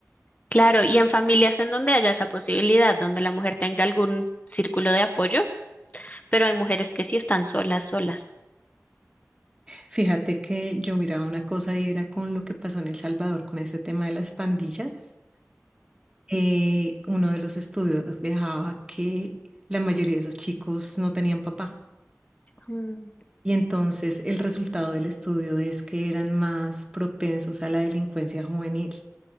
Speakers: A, on the left (about 30°); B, on the right (about 15°).
A: Claro, y en familias en donde haya esa posibilidad, donde la mujer tenga algún círculo de apoyo, pero hay mujeres que sí están solas, solas.
B: Fíjate que yo miraba una cosa y era con lo que pasó en El Salvador con este tema de las pandillas. Eh, uno de los estudios reflejaba que la mayoría de esos chicos no tenían papá.
A: Ujú.
B: Y entonces el resultado del estudio es que eran más propensos a la delincuencia juvenil,